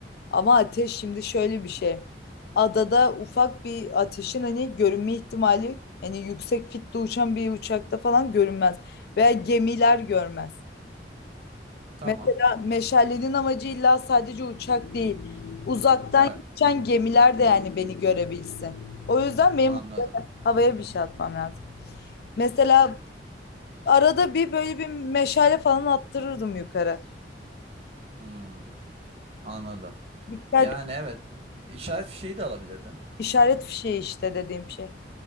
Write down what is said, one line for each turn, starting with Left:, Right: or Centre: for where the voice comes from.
Left: Ama ateş şimdi şöyle bir şey. Adada ufak bir ateşin hani görünme ihtimali hani yüksek fitte uçan bir uçakta falan görünmez. Veya gemiler görmez.
Right: Tamam.
Left: Mesela meşalenin amacı illa sadece uçak değil. Uzaktan
Right: Evet.
Left: geçen gemiler de yani beni görebilsin. O yüzden benim
Right: Anladım.
Left: havaya bir şey atmam lazım. Mesela arada bir böyle bir meşale falan attırırdım yukarı.
Right: Hmm, anladım.
Left: Dikkat
Right: Yani evet. işaret fişeği de alabilirdin.
Left: işaret fişeği işte dediğim şey.